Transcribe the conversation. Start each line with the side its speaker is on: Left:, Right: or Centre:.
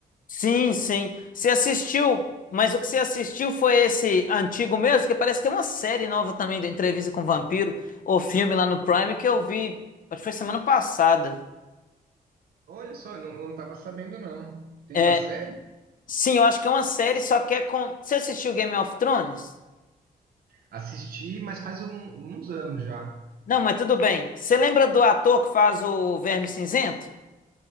Left: Sim, sim. Você assistiu, mas o que você assistiu foi esse antigo mesmo? Que parece que tem uma série nova também da Entrevista com o Vampiro, ou filme lá no Prime, que eu vi. Acho que foi semana passada.
Right: Olha só, não, não tava sabendo, não. Tem
Left: É,
Right: uma série?
Left: sim, eu acho que é uma série, só que é com. Você assistiu Game of Thrones?
Right: Assisti, mas faz um- uns anos já.
Left: Não, mas tudo bem. Você lembra do ator que faz o Verme Cinzento?